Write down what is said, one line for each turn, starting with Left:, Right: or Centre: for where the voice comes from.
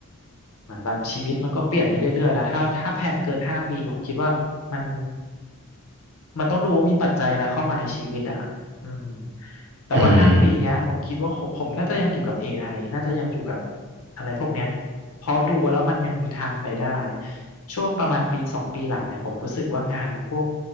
Left: เหมือนแบบชีวิตมันก็เปลี่ยนได้เรื่อยๆนะถ้าถ้าแพลนเกินห้าปีผมคิดว่ามันมันต้องดูว่ามีปัจจัยอะไรเข้ามาในชีวิตอ่ะอืมแต่ว่าห้าปีเนี้ยผมคิดว่าผมผมน่าจะยังอยู่กับ
Right: อืม
Left: AI น่าจะยังอยู่กับอะไรพวกเนี้ยเพราะดูแล้วมันยังมีทางไปได้ช่วงประมาณปีสองปีหลังเนี่ยผมรู้สึกว่างานพวก